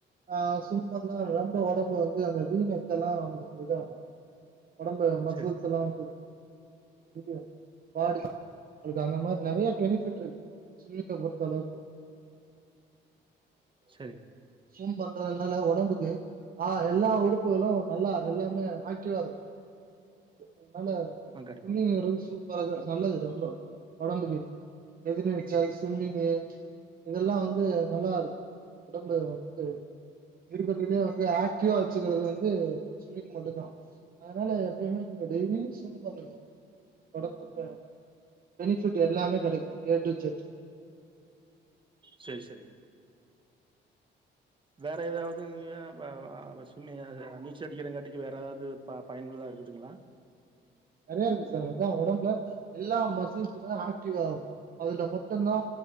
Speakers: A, on the right; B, on the right.
A: ஆ சூப்பர்னா ரொம்ப ஒடம்பு வந்து அந்த வீயெக்க ல்லா உங்களுக்கு இது ஆகு ஒடம்ப மசில்ஸ்
B: சேர்
A: எல்லா வந்து <unintelligible> பாடி உங்களுக்கு அந்த மாரி நெறைய பெனிஃபிட் ருக் ஸ்விம்மிங்க பொறுத்த அளவுக்கு
B: சேரிங்
A: ஸ்வும் பண்றதுனால ஒடம்புக்கு ஆ எல்லா உறுப்புகளு நல்லா எல்லாமே ஆக்டிவா இருக்கு அதனால
B: ஆ கண்டிப்பாங்க
A: ஸ்விம்மிங்கிறது சூப்பராது நல்லது ரொம்ப ஒடம்புக்கு ரெஜீனு யா ஸ்விம்மிங்கு இதெல்லா வந்து நல்லா இருக் ஒடம்புல வந்து இருக்குறதுலியே வந்து ஆக்டிவா வச்சுக்கிறது வந்து ஸ்விம்மிங் மட்டுதா அதனால எப்பயுமே நீங்க டெய்லியு ஸ்விம் பண்ணுங்க ஓடம்புக்கு பெனிஃபிட் எல்லாமே கெடைக்கு ஏ டு ஜெட்
B: சேரி சேரி வேற ஏதாவது இங்க ப வ வ ஸ்விம்மி யது நீச்சல் அடிக்கிறங்காட்டிக்கு வேற எதாவது ப பயன்கள்லா இருக்குதுங்களா
A: நெறைய இருக்கு சார் அதா ஒடம்புல எல்லா மசில்ஸ்லா ஆக்டிவ் ஆகு அதுல மட்டுதா